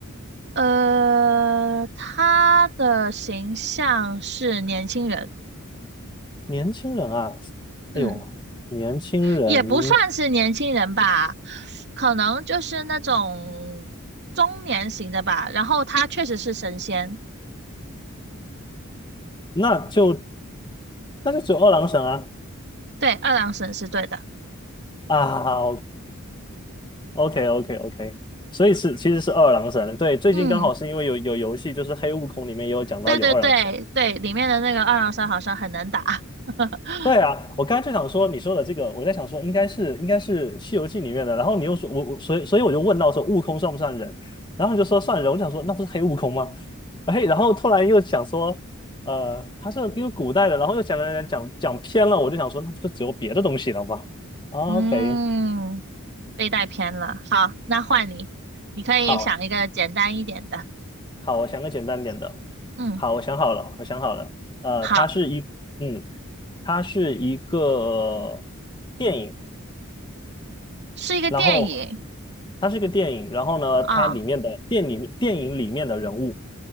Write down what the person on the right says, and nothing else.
呃，他的形象是年轻人，
嗯，
也不算是年轻人吧，可能就是那种中年型的吧。然后他确实是神仙，
对，二郎神是对的。
嗯，
对对对对，里面的那个二郎神好像很能打。<laughs>
嗯。
被带偏了。好，那换你，你可以想一个简单一点的。
嗯，
好，
是一个电影
啊，